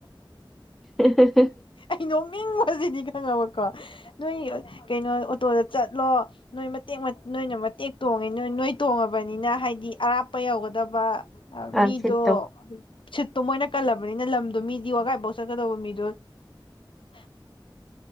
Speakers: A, in the centre; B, on the left.
A: <inaudible>
B: ꯑꯩꯅꯣꯡꯃꯤꯡ ꯃꯗꯤ ꯈꯪꯉꯕꯀꯣ ꯅꯣꯏ ꯀꯩꯅꯣ ꯑꯣꯇꯣꯗ ꯆꯠꯂꯣ ꯅꯣꯏ ꯃꯇꯦꯛ ꯅꯣꯏꯅ ꯃꯇꯦꯛꯇꯣ ꯇꯣꯡꯉꯦ ꯅꯣꯏ ꯅꯣꯏ ꯇꯣꯡꯉꯕꯅꯤꯅ ꯍꯥꯏꯗꯤ ꯑꯔꯥꯞꯄ ꯌꯧꯒꯗꯕ
A: ꯑ
B: ꯃꯤꯗꯣ
A: ꯁꯤꯠꯇꯣ
B: ꯁꯤꯠꯇꯣ ꯃꯣꯏꯅ ꯀꯜꯂꯕꯅꯤꯅ ꯂꯝꯗꯣ ꯃꯤꯗꯤ ꯋꯥꯒꯥꯏꯐꯥꯎ ꯆꯠꯀꯗꯧꯕ ꯃꯤꯗꯣ <inaudible>